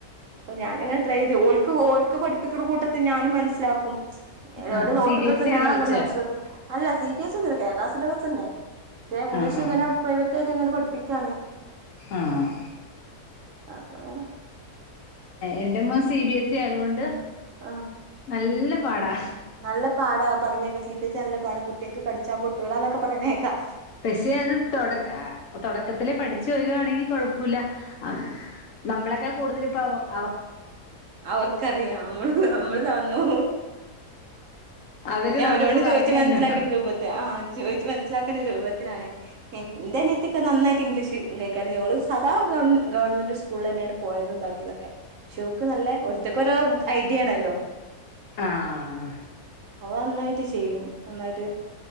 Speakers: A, on the right; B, on the left.
A: പ്പൊ ഞാന്ങ്ങനെ ട്രൈ ചെയ്ത് ഓൽക്ക് ഓക്ക് പഠിപ്പിക്ക്ണ കൂട്ടത്തിൽ ഞാനും മനസ്സിലാക്കും.
B: ആ
A: ഓല് നോട്ടൊക്കെട്ത്ത്
B: സി ബി എസ് ഇ
A: ഞാനല്ലോ
B: ആണോ കൊച്ച്
A: മൻസ്സിലാക്കും. അല്ല സി ബി എസ് ഒന്നല്ല കേരള സിലബസന്നെ. ദേ ഇംഗ്ലീശ്
B: ആഹ് ആഹ്
A: ങ്ങനെ പ്രൈവറ്റ് ആയിട്ട് ങ്ങനെ പഠിപ്പിക്കാണ്.
B: ആഹ്
A: അപ്പൊ ങ്ങനെ
B: എന്റെമോൻ സി ബിഎസ് സി ആയതുകൊണ്ട്
A: ആ
B: നല്ല പാടാ
A: നല്ല പാടാ പറയുന്നേക്കെ സി ബി എസ് സി നല്ല പാടാ കുട്ട്യേക്ക് കട്ച്ചാ പൊ ട്ടൂലന്നൊക്കെ പറീണേക്കാം
B: പക്ഷെ അത് തൊട തൊടക്കത്തിലെ പഠിച്ചു വരുവാണെങ്കി കൊഴപ്പൂല്ല ആ നമ്മളെ ക്കെ കൂടുതൽപ്പോ അ
A: അവർക്കറിയാം നമ്മള് നമ്മള് താന്നു
B: അവര്
A: പിന്നെ അവരോട്
B: നമുക്ക് പറഞ്ഞു
A: ചോയ്ച്ച് മൻസ്സിലാക്കണ്ട
B: തന്നു
A: രൂപത്തി ആഹ് ചോയ്ച്ചു മനസ്സിലാക്കണ്ട രൂപത്തിലാണേ ന്റെനിയത്തിക്കെ നന്നായിട്ട് ഇംഗ്ലീഷ് കൈകാര്യംയ്യും ഓള് സാദാ ഗവൺമെന്റ് സ്കൂളിൽ തന്നെണ് പോയതും താക്ക്യേതൊക്കെ ഷോ ക്ക് നല്ലെ ഒരോത്തക്കൊരോ ഐഡിയ ആണല്ലോ
B: ആഹ്
A: അവൾ നന്നായിട്ട് ചെയ്യും. നന്നായിട്ട്